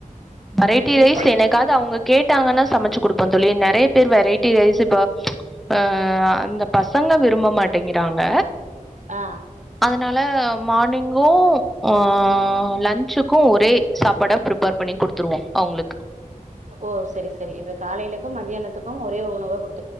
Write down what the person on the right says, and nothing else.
இது புளிக்கொழ
ஆ
ஓ செரி செரி இப்ப காலேலக்கு மத்யானத்துக்கு ஒரே உணவா குடு